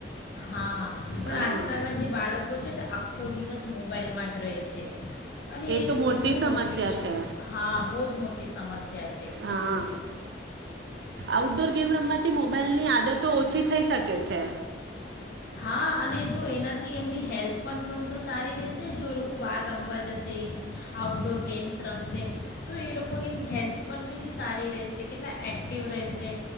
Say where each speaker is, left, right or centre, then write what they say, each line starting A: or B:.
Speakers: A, on the left; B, on the right.
A: હા, પણ
B: હા
A: આજકાલના જે બાળકો છે. આખો દિવસ મોબાાઈલમાં જ રહે છે. અને એ
B: તો
A: એક બહુ
B: સમસ્યા
A: મોટી સ
B: છે
A: હા બહુ જ મોટી સમસ્યા છે
B: હા આઉટડોર ગેમ રમવાથી મોબાઈલની આદતો ઓછી થઈ શકે છે
A: હા અને જો એનાથી એમની હેલ્થ પણ પણ તો સારી રહેશે જો એ લોકો બહાર રમવા જશે ઇન આઉટડોર ગેમ્સ રમશે તો એ લોકોની હેલ્થ પણ કેટલી સારી રહેશે કેટલા એક્ટિવ રહેશે